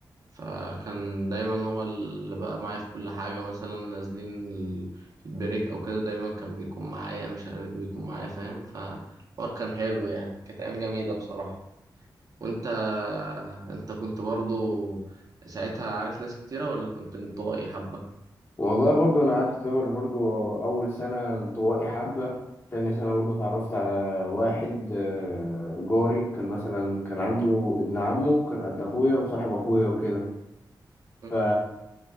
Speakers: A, on the right (about 50°); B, on the left (about 30°).
A: فكان دايما هو اللي بقى معايا في كل حاجة مثلا نازلين ال- البريك أو كده دايما كان بيكون معايا مش عارف بيكون معايا فاهم فالحوار كان حلو يعني كانت أيام جميلة بصراحة وأنت أنت كنت برضو ساعتها عارف ناس كتيرة ولا كنت انطوائي حبة؟
B: والله برضو انا قعدت اعتبر برضو اول سنة انطوائي حبة تاني سنة برضو اتعرفت على واحد آه، جاري كان مثلا كان عنده ابن عمه كان قد اخويا وصاحب اخويا وكده
A: مم.
B: ف